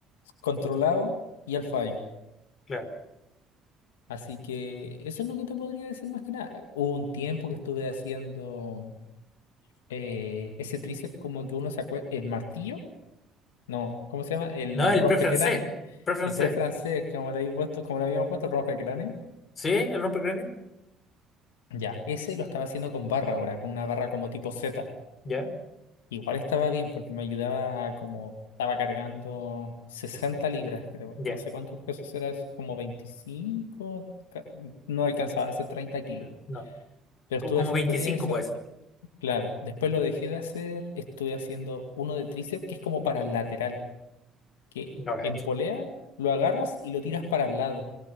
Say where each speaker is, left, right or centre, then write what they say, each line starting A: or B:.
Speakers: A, on the left; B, on the left.
A: controlado y al fallo.
B: claro.
A: Así que eso es lo que te podría decir más que nada. Hubo un tiempo que estuve haciendo eh, ese tríceps como que uno se acuerda, el martillo, no, ¿cómo se llama? El
B: No,
A: rompecráneo,
B: el pre francés. Pre francés.
A: el pre francés, como le habíamos puesto, como le habíamos puesto el rompecráneo.
B: ¿Sí? ¿El rompecráneo?
A: Ya, ese lo estaba haciendo con barra ahora, con una barra como tipo Z.
B: Ya,
A: Igual estaba bien porque me ayudaba a como estaba cargando 60 libras, creo.
B: ya.
A: No sé cuántos pesos era, es como 25, ca- no alcanzaban a ser 30 kilos.
B: No.
A: Pero
B: Como,
A: estuve
B: como
A: haciendo
B: 25
A: con eso.
B: puede ser.
A: Claro, después lo dejé de hacer, estuve haciendo uno de tríceps que es como para el lateral, que
B: No gacho.
A: en polea lo agarras y lo tiras para el lado.